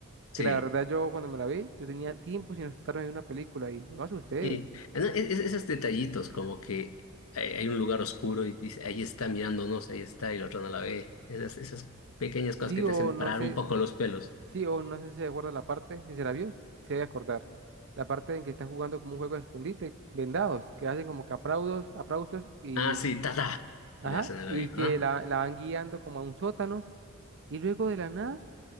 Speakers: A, on the left; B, on the right.
A: Sí.
B: Que la verdad yo cuando me la vi, yo tenía tiempo sin asustarme de una película y yo me asusté.
A: Y no, es- es- esos detallitos, como que hay, hay un lugar oscuro y dice, ahí está mirándonos, ahí está, y la otra no la ve. Esas, esas pequeñas cosas
B: Sí
A: que
B: o
A: te hacen
B: no
A: parar
B: sé,
A: un poco los pelos.
B: Sí, o no sé si se acuerda la parte, si se la vio, se debe acordar. La parte en que están jugando como un juego de escondite, vendados, que hacen como que aplausos, aplausos y,
A: Ah, sí, tata,
B: ajá,
A: le hacen el
B: y
A: oído,
B: que
A: ¿no?
B: la, la van guiando como a un sótano y luego de la nada,